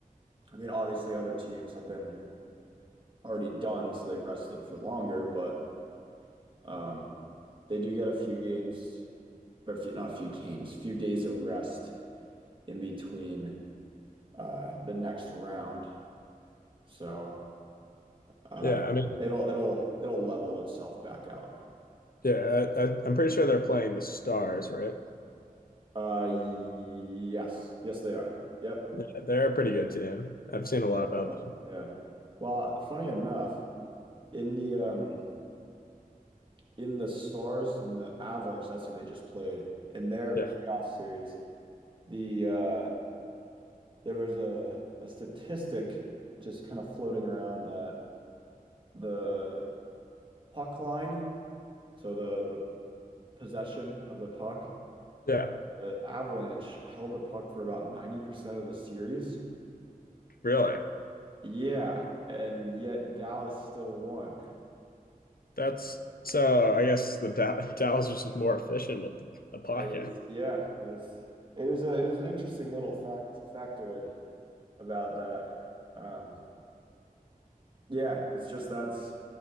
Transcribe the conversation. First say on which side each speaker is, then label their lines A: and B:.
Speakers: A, on the right; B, on the left.
A: I mean, obviously other teams have been already done, so they rested for longer, but um they do get a few games or a few, not a few games, few days of rest in between uh the next round. So uh
B: Yeah, I mean,
A: it'll it'll it'll level itself back out.
B: yeah, I, I, I'm pretty sure they're playing the Stars, right?
A: Uh, yes, yes, they are. Yep.
B: Yeah, they're a pretty good team. I've
A: Stars
B: seen a lot about
A: are. Yeah. Well, funny enough, in the um in the Stars and the Avalanche, that's who they just played in their
B: them.
A: playoff series. The uh there was a a statistic just kind of floating around that the puck line, so the the possession of the puck,
B: Yeah,
A: the Avalanche held the puck for about 90% of the series.
B: really.
A: Yeah, and yet Dallas still won.
B: That's so. I guess the Da- <laughs> Dallas is just more efficient with the, the puck.
A: I
B: Yeah.
A: yeah, that's it was a it was an interesting little fact factoid about that. Um, yeah, it's just that's